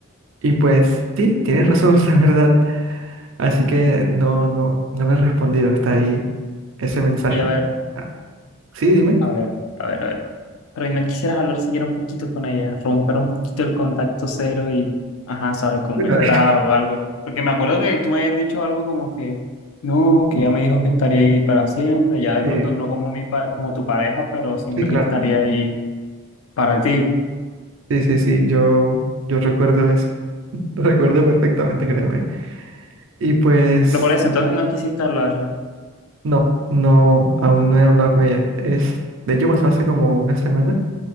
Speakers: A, on the right; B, on the left.
A: Y pues sí, tienes razón, <laughs> la verdad. Así que no, no, no me he respondido, está ahí ese mensaje.
B: Y a ver,
A: Ah, sí, dime.
B: a ver, a ver, a ver. Pero ¿y no quisieras hablar siquiera un poquito con ella, romper un poquito el contacto cero y, ajá, saber cómo
A: Bueno,
B: está
A: <laughs>
B: o algo. Porque me acuerdo que tú me habías dicho algo como que, no, que ella me dijo que estaría ahí para siempre, ya de
A: sí,
B: pronto no como mi pa- como tu pareja, pero siempre
A: sí, claro.
B: que estaría ahí para ti.
A: Sí, sí, sí, yo, yo recuerdo eso, <laughs> lo recuerdo perfectamente, créeme. Y pues,
B: Pero por eso, entonces no quisiste hablarle.
A: no, no, aún no he hablado con ella. Es, de hecho, pasó hace como una semana,